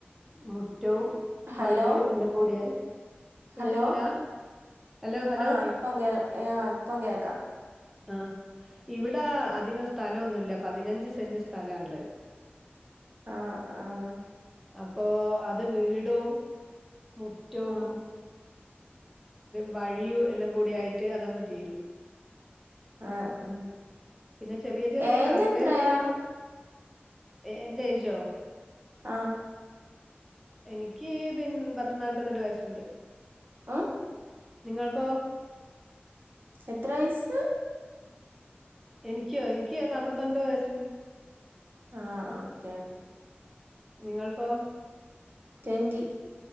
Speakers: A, in the centre; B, on the right (about 60°).
A: മുറ്റവും
B: ഹലോ
A: വഴിയും എല്ലം കൂടിയായി. കേക്കുന്നില്ല
B: ഹലോ
A: ഹലോ ഹലോ
B: ആഹ് ഇപ്പൊ കേ യ്യോ ഇപ്പം കേക്കാ
A: ആഹ് ഇവിടാ അധികം സ്ഥലൊന്നുല്ല പതിനഞ്ച് സെന്റ് സ്ഥലാഉള്ളത്. <inaudible>
B: ആഹ് ആഹ്
A: അപ്പോ അത് വീടും മുറ്റും.
B: ഉം
A: വഴിയുഎല്ലാം കൂടി ആയിട്ട് അതങ്ങ് തീരും.
B: ആഹ് ഉം
A: പിന്നെ ചെറിയ ചെറിയ
B: ഏജ്
A: കറിവേപ്പ്.
B: എത്രയാ
A: ഏ എന്റെ ഏജോ?
B: ആഹ്
A: എനിക്ക് പിൻ പത്ത്നാല്പ്പത്തെട്ട് വയസ്സുണ്ട്.
B: ഉം
A: നിങ്ങൾക്കോ
B: എത്ര വയസ്സ്?
A: എൻക്ക്യോ എൻക്ക് നാപ്പത്തൊൻപത് വയസ്സ്.
B: ആ ഓക്കേ ഓക്കേ.
A: നിങ്ങൾക്കോ?
B: റ്റൊന്റീ